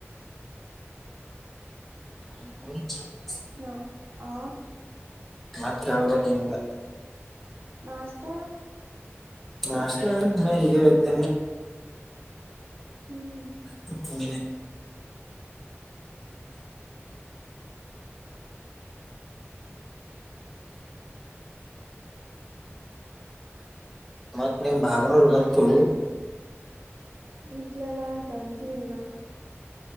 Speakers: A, in the centre; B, on the right.
A: ಹ
B: ನಾ ಆ
A: ಮತ್ತೆ ಹೇಳ್ಬೇಕಕ್ ನೀಲ್ಲ
B: ನಾಸ್ತಾ
A: ನಾಷ್ಟತ ಈಗ್ದ
B: ಹ್ಮ್
A: ತ್ತುಮ ಮತ್ತ ನಿ್ ಭಾವನೂರು ಬಂತು
B: ನೀಲ್ಲಲ್ಲಾ ಬಂದಿಲ್ಲನ